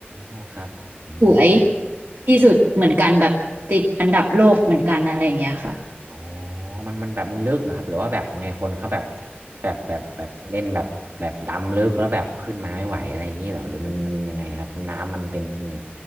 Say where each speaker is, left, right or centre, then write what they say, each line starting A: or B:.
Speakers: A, on the right; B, on the right.
A: อ๋อครับอืม
B: สวยที่สุดเหมือนกันแบบติดอันดับโลกเหมือนกันอะไรอย่างเงี้ยค่ะ
A: อ๋อมันมันแบบมันลึกเหรอครับหรือว่าแบบไงคนเขาแบบแบบแบบแบบเล่นแบบแบบดำลึกแล้วแบบขึ้นมาไม่ไหวอะไรอย่างนี้เหรอหรือมันมันยังไงครับน้ำมันเป็นยังไง